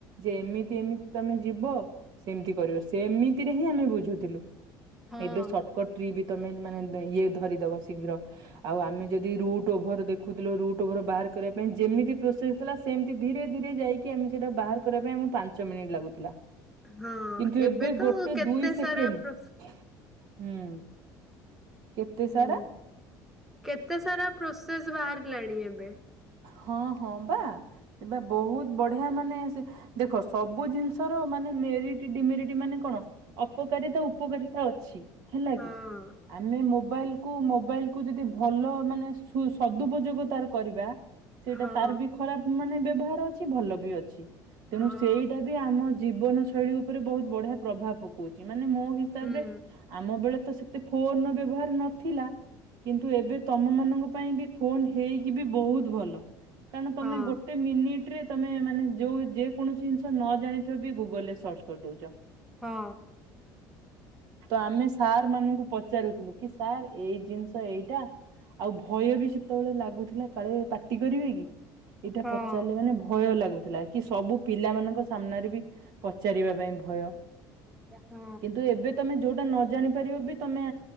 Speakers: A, on the right; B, in the centre.
A: ଯେ ଏମିତି ଏମିତି ତମେ ଯିବ ସେମିତି କରିବ ସେମିତିରେ ହିଁ ଆମେ ବୁଝୁଥିଲୁ।
B: ହଁ
A: ଏବେ ସର୍ଟକଟ ଟ୍ରି ତମେ ମାନେ ଇଏ ଧରିଦବ ଶୀଘ୍ର ଆଉ ଆମେ ଯଦି ରୁଟ୍ ଓଭର ଦେଖୁଥିଲୁ ରୁଟ୍ ଓଭର ବାହାର କରିବା ପାଇଁ ଯେମିତି ପ୍ରୋସେସ ଥିଲା ସେମିତି ଧୀରେ ଧୀରେ ଯାଇକି ଆମେ ସେଇଟା ବାହାର କରିବା ପାଇଁ ଆମକୁ ପାଞ୍ଚ ମିନିଟ୍ ଲାଗୁଥିଲା।
B: ହଁ
A: କିନ୍ତୁ ଏବେ
B: ତ
A: ଗୋଟେ
B: କେତେ
A: ଦୁଇ ସେକେଣ୍ଡ।
B: ସାରା ପ୍ରୋସ୍
A: ହୁଁ। କେତେ
B: ହୁଁ
A: ସାରା
B: କେତେ ସାରା ପ୍ରୋସେସ ବାହାରିଲାଣି ଏବେ।
A: ହଁ ହଁ ବା ଏ ବା ବହୁତ ବଢିଆ ମାନେ ସେ ଦେଖ ସବୁ ଜିନିଷ ମାନେ ମେରିଟ ଡିମେରିଟ ମାନେ କଣ ଅପକାରିତା ଉପକାରିତା ଅଛି। ହେଲା
B: ହଁ
A: କି ଆମେ ମୋ ମୋବାଇଲକୁ ମୋବାଇଲକୁ ଯଦି ଭଲ ମାନେ ସୁ ସଦୁପଯୋଗ ତାର କରିବା ସେଇଟା
B: ହଁ।
A: ତାର ବି ଖରାପ ମାନେ ବ୍ୟବହାର ଅଛି ଭଲ ବି ଅଛି ତେଣୁ
B: ହଁ
A: ସେଇଟା ବି ଆମ ଜୀବନ ଶୈଳୀ ଉପରେ ବହୁତ ବଢିଆ ପ୍ରଭାବ ପକଉଛି ମାନେ ମୋ ହିସାବରେ
B: ହୁଁ
A: ଆମ ବେଳେ ତ ସେତେ ଫୋନର ବ୍ୟବହାର ନଥିଲା। କିନ୍ତୁ ଏବେ ତମ ମାନଙ୍କ ପାଇଁ ବି ଫୋନ ହେଇକି ବି ବହୁତ ଭଲ କାରଣ ତମେ
B: ହଁ
A: ଗୋଟେ ମିନିଟ ରେ ତମେ ମାନେ ଯୋଉ ଯେ କୌଣସି ଜିନିଷ ନ ଜାଣିଥିବ ବି ଗୁଗଲ ରେ ସର୍ଚ୍ଚ କରିଦଉଛ।
B: ହଁ।
A: ତ ଆମେ ସାର୍ ମାନଙ୍କୁ ପଚାରୁଥିଲୁ କି ସାର୍ ଏଇ ଜିନିଷ ଏଇଟା ଆଉ ଭୟ ବି ସେତେବେଳେ ଲାଗୁଥିଲା କାଳେ ପାଟି କରିବେ କି ଏଇଟା
B: ହଁ।
A: ପଚାରିଲେ ମାନେ ଭୟ ଲାଗୁ ଥିଲା କି ସବୁ ପିଲା ମାନଙ୍କ ସାମ୍ନାରେ ବି ପଚାରିବା ପା ଭୟ
B: ହଁ
A: କିନ୍ତୁ ଏବେ ତମେ ଯୋଉଟା ନ ଜାଣି ପାରିବ ବି ତମେ